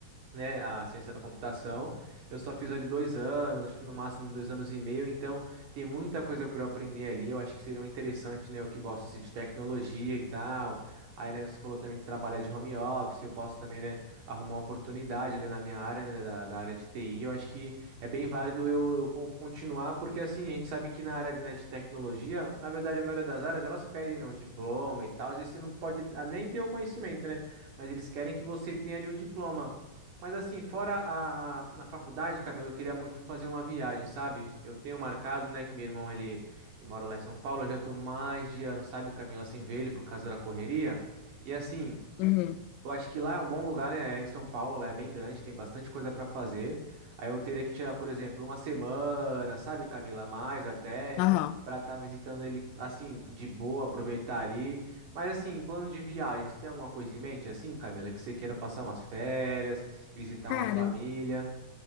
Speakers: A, on the right (about 45°); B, on the left (about 45°).
A: né, a ciência da computação. Eu só fiz ali dois anos, acho que no máximo de dois anos e meio, então tem muita coisa para eu aprender ali. Eu acho que seria um interessante, né, eu que gosto assim, de tecnologia e tal. Aí, né, você falou também que trabalha de home office, eu posso também, né, arrumar uma oportunidade ali na minha área, né, da, da área de TI. Eu acho que é bem válido eu, eu con- continuar, porque assim, a gente sabe que na área de, né, de tecnologia, na verdade, a maioria das áreas, elas pedem, né, um diploma e tal. Às vezes você não pode ah, nem ter o conhecimento, né, mas eles querem que você tenha ali o diploma. Mas assim, fora a, na faculdade, Camilo, eu queria muito fazer uma viagem, sabe? Eu tenho marcado, né, que meu irmão, ele, ele mora lá em São Paulo, eu já tô mais de ano, sabe, Camilo, sem ver ele por causa da correria. E assim,
B: Uhum.
A: eu acho que lá é um bom lugar, né? É Em São Paulo, lá é bem grande, tem bastante coisa para fazer. Aí eu teria que tirar, por exemplo, uma semana, sabe, Camila, mais até
B: Aham.
A: para estar visitando ele assim de boa, aproveitar ali. Mas assim, plano de viagem, você tem alguma coisa em mente assim, Camila, que você queira passar umas férias, visitar
B: Cara,
A: uma família?